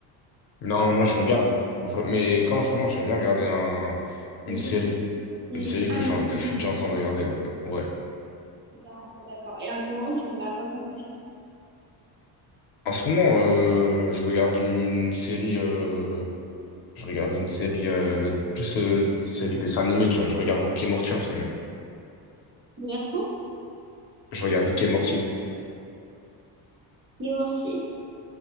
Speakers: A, on the left; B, on the right.
A: Non, moi, je regarde. Je- Mais quand je mange, j'aime bien regarder un, une
B: Un truc.
A: série.
B: Hmm.
A: Une série
B: Ah,
A: que je,
B: une
A: suis en-
B: série.
A: que je suis déjà en train de regarder, ouais. Ouais.
B: D'accord, d'accord. Et à ce moment, tu regardes quoi comme série?
A: En ce moment, euh, je regarde une série, euh, je regarde une série, euh, plus euh, une série dessin animé, tu vois. Je regarde Rick et Morty en ce moment.
B: Tu regardes quoi?
A: Je regarde Rick et Morty.
B: Les Mortiers?